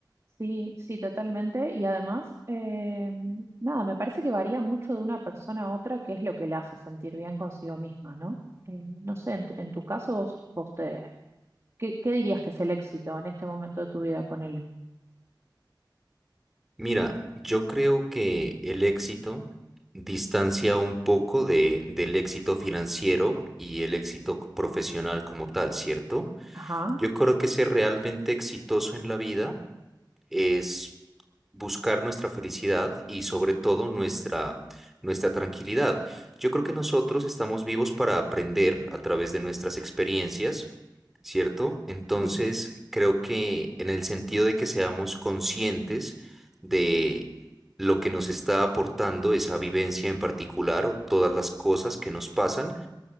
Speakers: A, on the right (about 35°); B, in the centre.
A: Sí, sí, totalmente. Y además, eh, nada, me parece que varía mucho de una persona a otra qué es lo que le hace sentir bien consigo misma, ¿no? Eh, no sé, en tu, en tu caso, vos, vos te, ¿qué, qué dirías que es el éxito en este momento de tu vida? Ponele.
B: Mira, yo creo que el éxito distancia un poco de, del éxito financiero y el éxito profesional como tal, ¿cierto?
A: Ajá,
B: Yo creo que ser realmente exitoso en la vida es buscar nuestra felicidad y sobre todo nuestra, nuestra tranquilidad. Yo creo que nosotros estamos vivos para aprender a través de nuestras experiencias, ¿cierto? Entonces,
A: sí.
B: creo que en el sentido de que seamos conscientes de lo que nos está aportando esa vivencia en particular o todas las cosas que nos pasan,